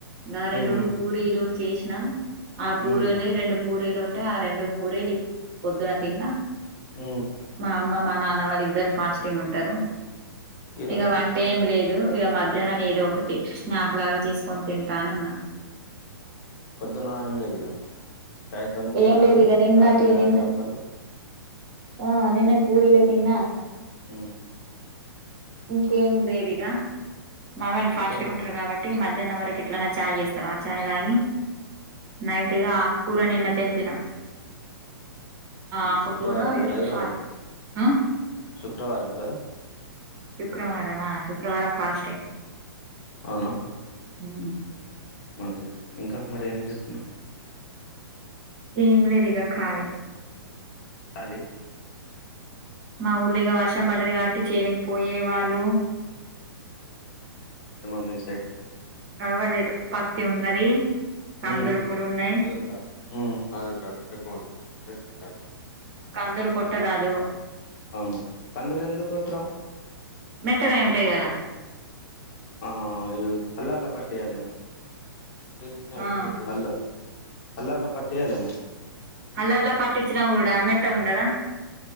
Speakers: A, on the right; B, on the left.
A: గారెలు
B: ఉహు
A: పూరీలు చేసినాం ఆ పూరీల్ని
B: ఉమ్
A: రెండు పూరీలు ఉ టే ఆ రెండు పూరీలి పొద్దున తిన్నా
B: ఉమ్
A: మా అమ్మ మా నా వాళ్ళు ఇద్దరు ఫాస్టింగ్ ఉంటారు.
B: ఈ
A: ఇగ
B: రోజు
A: వంటేం లేదు ఇక మధ్యాహ్నం ఏదో ఒకటి స్నాక్ లాగా చేసుకొని తింటాను ఉన్నా.
B: పొద్దున ఏ లేదు ఇక చాయ్ తోని
A: ఏం
B: తినాలి
A: లేదు ఇగ నిన్నటి
B: రాత్రి గారెలుప్పలు.
A: నిన్న ఆ నిన్నటి పురిలే తిన్నా.
B: ఉ
A: ఇంకేం లేదిగా మామ్ వాళ్ళు ఫాస్ట్గా
B: ఇంకా మరి
A: ఉంటారు కాబట్టి మ తిన్న వరకు ఇట్లనే చాయ్ చేస్తారు. ఆ చాయ తాగి నైట్గా ఆకు కూర నిన్న తెంపిన ఆకుకూర
B: శుక్రవారం కదా,
A: ఈరోజు
B: ఈ
A: సాయం
B: రోజు
A: ఆ!
B: శుక్రవారం కదా.
A: శుక్రవారం మా శుక్రవారం ఫాస్టింగ్
B: అవునా
A: ఉ ఉ
B: మంచిది ఇంకా మరి ఏం చేస్తున్నారు.
A: ఏం లేదు ఇక ఖాళీ.
B: కాళీ
A: మా ఊళ్లేగా వర్షం పడ్డది. కాబట్టి చేనికపోయే వాళ్ళు.
B: మ స <unintelligible>
A: అవ్వలేదు పత్తి ఉన్నది కందులు
B: హు
A: కూడా ఉన్నాయి
B: ఆధార్ కార్డు, హు Aadhaar card, account ration card
A: కందులు కొట్టరాదు
B: అవును కందులు ఎందు పెటరావు
A: మెత్తగాయి ఉంటాయి కదా
B: ఆ అలలా పట్టాలిమ ఎ
A: ఆ
B: ఫోల్ <unintelligible> అల్ ల పట్టియిలేము
A: అల్లర్లా పట్టించినా ఊడ మేత్త ఉండదా.